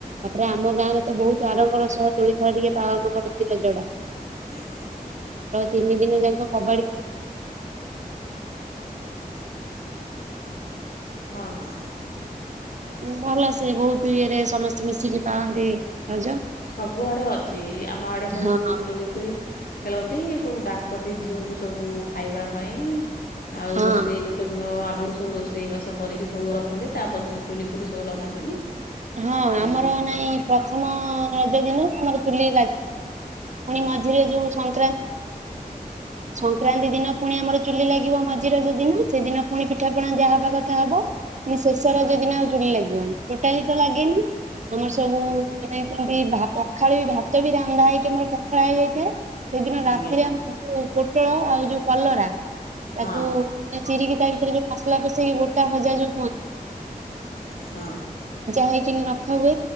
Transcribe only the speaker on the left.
ଆଜ୍ଞା।
ହଁ ହଁ
ସବୁ ଆଡେ ଅଛି, ଆମ ଆଡେ ସବୁ
ଦୋଳି ଫୋଳି ଖେଳନ୍ତି। ସବୁ ଡାକନ୍ତି ଝିଅଙ୍କୁ ସବୁ ଖାଇବା ପାଇଁ, ଆଉ
ରୋଷେଇ ଗୋଟେ ଦିନ ଭୋରୁ ସବୁ ରୋଷେଇ ବାସ କରିକି ସବୁ ରଖନ୍ତି, ତା ପରଦିନ ଚୁଲିଫୁଲି ସବୁ ଲଗାନ୍ତିନି।
ହୁଁ
ହଁ
ହଁ।
ଆଜ୍ଞା
ହଁ
ହଁ